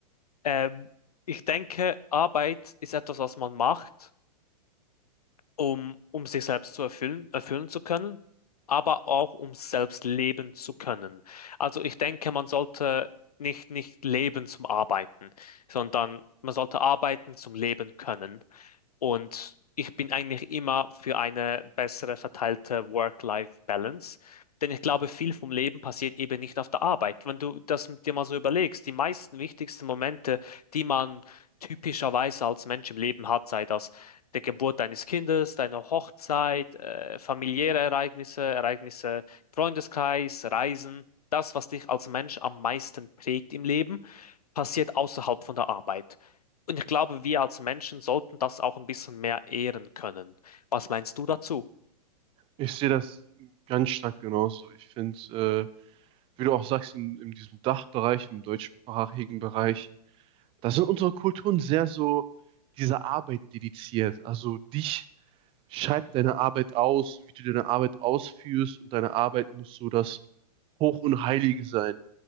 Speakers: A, on the left; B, on the right.
A: Ähm, ich denke, Arbeit ist etwas, was man macht um, um sich selbst zu erfüllen, erfüllen zu können, aber auch um selbst leben zu können. Also ich denke, man sollte nicht, nicht leben zum Arbeiten, sondern man sollte arbeiten zum Leben können. Und ich bin eigentlich immer für eine bessere verteilte Work-Life-Balance. Denn ich glaube, viel vom Leben passiert eben nicht auf der Arbeit. Wenn du das dir mal so überlegst, die meisten wichtigsten Momente, die man typischerweise als Mensch im Leben hat, sei das der Geburt deines Kindes, deine Hochzeit, äh, familiäre Ereignisse, Ereignisse im Freundeskreis, Reisen, das, was dich als Mensch am meisten prägt im Leben, passiert außerhalb von der Arbeit. Und ich glaube, wir als Menschen sollten das auch ein bisschen mehr ehren können. Was meinst du dazu?
B: Ich sehe das ganz stark genauso. Ich finde, äh, wie du auch sagst, in, in diesem Dachbereich, im deutschsprachigen Bereich, da sind unsere Kulturen sehr so dieser Arbeit dediziert. Also dich schreibt deine Arbeit aus, wie du deine Arbeit ausführst und deine Arbeit muss so das Hoch und Heilige sein.